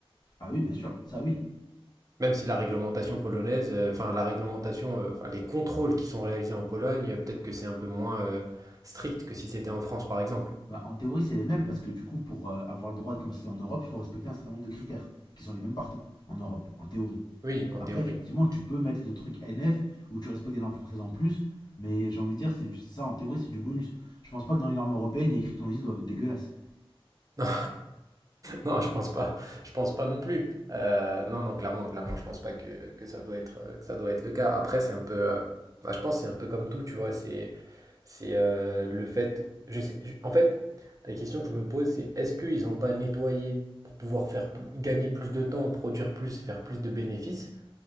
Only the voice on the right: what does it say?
Même si la réglementation polonaise, euh, enfin la réglementation, euh, enfin les contrôles qui sont réalisés en Pologne, euh, peut-être que c'est un peu moins euh, strict que si c'était en France, par exemple.
Oui, en
théorie.
<laughs>
Non, non, je pense pas. Je pense pas non plus. Euh, non, non, clairement, clairement, je pense pas que, que ça doit être, euh, que ça doit être le cas. Après, c'est un peu, euh, bah, je pense que c'est un peu comme tout, tu vois. C'est C'est euh, le fait. Je sais, je- en fait, la question que je me pose, c'est est-ce qu'ils n'ont pas nettoyé pour pouvoir faire plus- gagner plus de temps, produire plus, faire plus de bénéfices?